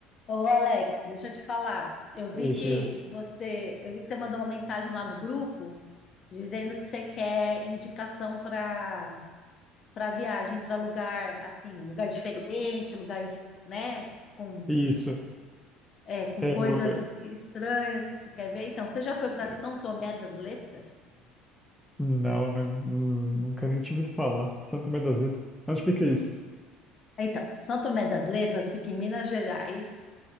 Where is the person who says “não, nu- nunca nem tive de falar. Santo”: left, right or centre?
Centre